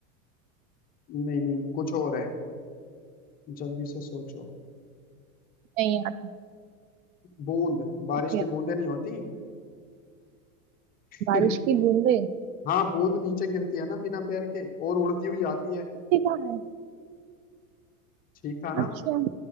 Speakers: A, on the left; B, on the right.
A: नहीं नहीं कुछ और है जल्दी से सोचो
B: नहीं आती
A: बूंद बारिश
B: है
A: की बूंदें नहीं होती
B: बारिश
A: <laughs>
B: की बूंदें
A: हाँ बूंद नीचे गिरती है ना बिना पैर के और उड़ती हुई आती है
B: ये कहाँ है
A: ठीक था ना
B: अच्छा